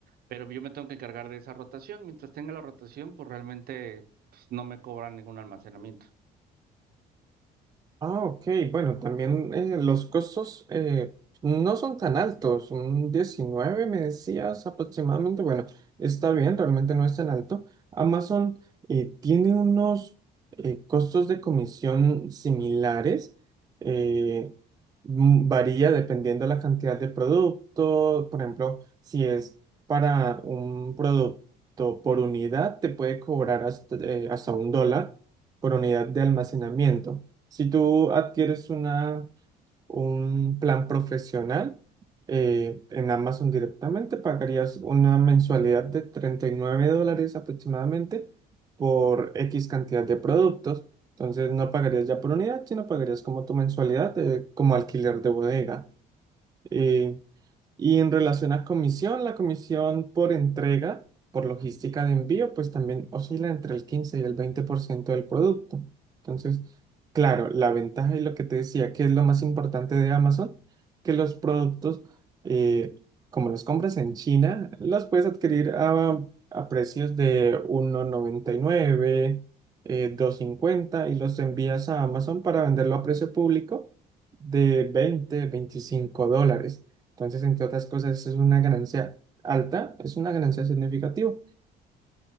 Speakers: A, on the right (about 65°); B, on the right (about 20°).
A: Pero yo me tengo que encargar de esa rotación, mientras tenga la rotación, pues realmente pues, no me cobran ningún almacenamiento.
B: Ah, ok. Bueno, también eh, los costos eh, no son tan altos. Un 19, me decías aproximadamente. Bueno, está bien, realmente no es tan alto. Amazon eh, tiene unos eh, costos de comisión similares. eh, m- varía dependiendo la cantidad de producto. Por ejemplo, si es para un producto por unidad, te puede cobrar hasta, eh, hasta un dólar por unidad de almacenamiento. Si tú adquieres una, un plan profesional eh, en Amazon directamente, pagarías una mensualidad de 39 dólares aproximadamente por X cantidad de productos. Entonces no pagarías ya por unidad, sino pagarías como tu mensualidad eh, como alquiler de bodega. Eh, y en relación a comisión, la comisión por entrega, por logística de envío, pues también oscila entre el 15 y el 20% del producto. Entonces, claro, la ventaja y lo que te decía, que es lo más importante de Amazon, que los productos, eh, como los compras en China, los puedes adquirir a, a precios de uno noventa y nueve eh, dos cincuenta y los envías a Amazon para venderlo a precio público de veinte veinticinco dólares. Entonces, entre otras cosas, es una ganancia alta, es una ganancia significativa.